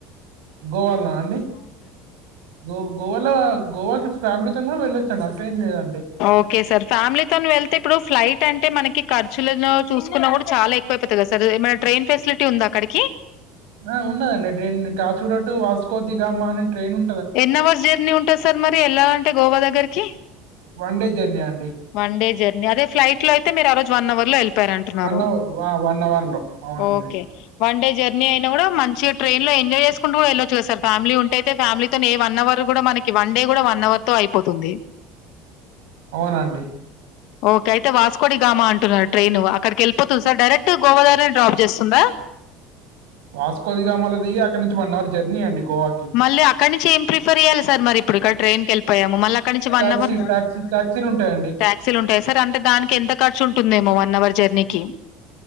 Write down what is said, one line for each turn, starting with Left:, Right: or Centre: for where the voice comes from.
Right: గోవాల్నా అండి గో గోవాలో గోవాకి ఫ్యామిలీతోని కూడా వెళ్ళొచు అట్లేమ్ లెద్ అడ
Left: ఓకే సార్ ఫ్యామిలీతో వెళ్తే ఇప్పుడు ఫ్లైట్ అంటే మనకి ఖర్చులు చూసుకున్నా కూడా చాలా ఎక్ ఎక్కువైపోతుంది కా సార్ ఏమైనా ట్రైన్ ఫెసిలిటీ ఉందా అక్కడికి
Right: ఆ ఉన్నదండి ట్రైన్ కాచూ రటు వాసుకో దిగామ అని ట్రైన్ ఉ
Left: ఎన్ అవర్స్ జర్నీ ఉంటంది సార్ మరి ఏల్లాలి అంటే గోవా దగ్గరకి
Right: వన్ డే జర్నీ అండి
Left: వన్ డే జర్నీ అదే ఫ్లైట్ లో అయితే మీరు ఆ రోజు వన్ అవర్ లో వెళ్ళపోయరంటున్నారు
Right: అవ ఆ! అవర్‌లో. అవునండి.
Left: వ ఓకే వన్ డే జర్నీ అయినా కూడా మంచిగా ట్రైన్ లో ఎంజాయ్ చేసుకుంటూ కూడా ఎల్లచ్చు కదా సర్ ఫ్యామిలీ ఉంటే అయితే ఫ్యామిలీతో డే వన్ అవర్ కూడా మనకి వన్ డే కూడా వన్ అవర్ తో అయిపోతుంది
Right: అవునండి
Left: ఓకే అయితే వాస్కోడిగామా అంటున్నారు ట్రైన్ అక్కడికి వెళ్ళిపోతుంది సార్ డైరెక్ట్ గోవా దగ్గర డ్రాప్ చేస్తుందా
Right: వాస్కో ది గామాలో దిగి అక్కడి నుంచి అవర్ జర్నీ అండి గోవాకి.
Left: మళ్ళీ అక్కడి నుంచి ఏం ప్రిఫర్ చేయాలి సార్ మరి ఇప్పుడు ట్రైన్ కి వెళ్ళిపోయాము మళ్ళ మరి అక్కడ నుంచి వన్
Right: టాక్సీ
Left: అవర్ నుంచి
Right: టాక్సీ టాక్సీలుంటాయండి.
Left: టాక్సీ ఉంటాయి సార్ అంటే దానికి ఎంత ఖర్చు ఉంటుందేమో వన్ అవర్ జర్నీకి